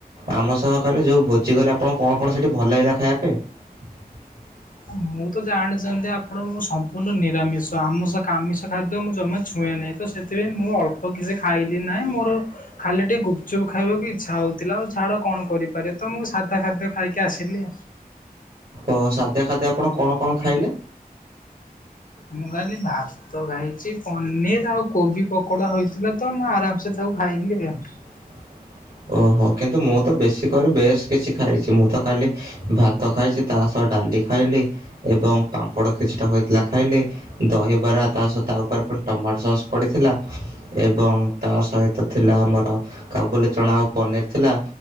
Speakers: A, on the right (about 65°); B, on the left (about 60°).
A: ଆମ ସହ କାଲି ଯେଉଁ ଭୋଜି କଲେ ଆପଣ କଣ କଣ ସେଇଠି ଭଲ ଲାଗିଲା ଖାଇବା ପାଇଁ? <inaudible>
B: ମୁଁ ତ ଜାଣିଛନ୍ତି ଆପଣଙ୍କ ସମ୍ପୂର୍ଣ୍ଣ ନିରାମିଷ ଆମିଷ ଆମିଷ ଖାଦ୍ୟ ମୁଁ ଜମା ଛୁଏଁନି। ତ ସେଥିପାଇଁ ମୁଁ ଅଳ୍ପ କିଛି ଖାଇଲି ନାହିଁ ମୋର ଖାଲି ଟିକେ ଗୁପଚୁପ୍ ଖାଇବାକୁ ଇଚ୍ଛା ହଉଥିଲା ଆଉ। ଛାଡ଼ କଣ କରିପାରିବ ତ ମୁଁ ସାଧା ଖାଦ୍ୟ ଖାଇକି ଆସିଲି।
A: ଓ ସାଦା ଖାଦ୍ୟ ଆପଣ କଣ କଣ ଖାଇଲେ?
B: ମୁଁ କାଲି ଭାତ ଖାଇଛି, ପନିର ଆଉ, କୋବି ପକୋଡା ହେଇଥିଲା ତ ମୁଁ ଆରାମସେ କୁ ଖାଇଥିଲି ଆଜ୍ଞା।
A: <inaudible> ଓହୋ। କିନ୍ତୁ ମୁଁ ତ ବେଶୀ କରି ବେଶ କିଛି ଖାଇଛି ମୁଁ ତ କାଲି ଭାତ ଖାଇଛି ତା ସହ ଡାଲି ଖାଇଲି ଏବଂ ପାମ୍ପଡ କିଛିଟା ହୋଇଥିଲା ଖାଇଲି। ଦହିବରା ତାସହିତ ତା ଉପରେ ଏ ପୁଣି ଟମାଟ ସସ୍ ପଡ଼ିଥିଲା ଏବଂ ତାସହିତ ଥିଲା ଆମର କାବୁଲି ଚଣା ଆଉ ପନିର ଥିଲା।